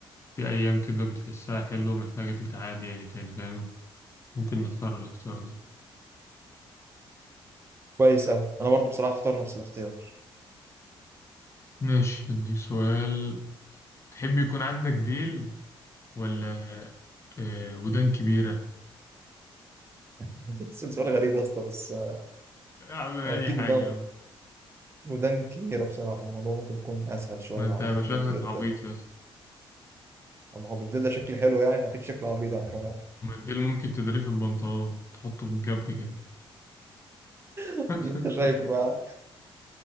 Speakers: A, on the left; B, on the right.
A: في أيام كده بتحسها حلوة ومحتاجة تتعاد يعني تاني فاهم ممكن نختار الاختيار ده
B: كويس قوي انا برضو بصراحه اختار نفس الاختيار
A: ماشي أديك سؤال تحب يكون عندك ديل ولا آه، ودان كبيرة
B: <laughs> بس سؤال غريب يا اسطى بس آه،
A: أعمل
B: اكيد
A: أي حاجة
B: ودان
A: يلا
B: ودان كبيره بصراحه الموضوع ممكن يكون اسهل شويه
A: ما أنت
B: عليا
A: يبقى
B: من
A: شكلك
B: الديل
A: عبيط
B: ده
A: يا اسطى
B: اما هو بالديل ده شكلي حلو يعني ما اكيد شكله عبيط انا كمان <laughs>
A: ما الديل ممكن تدريه في البنطلون تحطه في الجنب كده
B: اللي
A: <laughs>
B: انت شايفه بقى